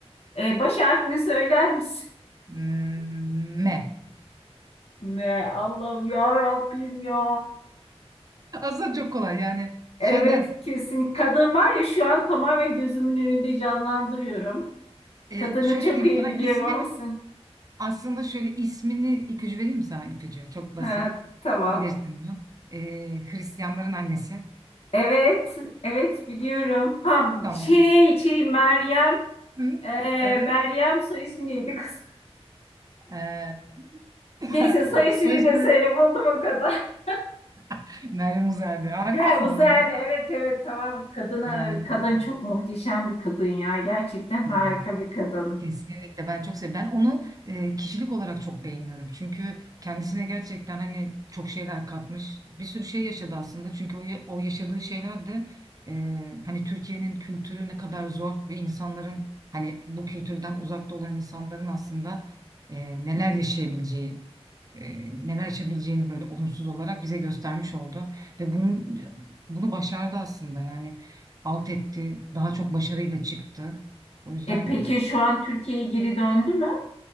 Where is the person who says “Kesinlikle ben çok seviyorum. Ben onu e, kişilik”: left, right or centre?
Right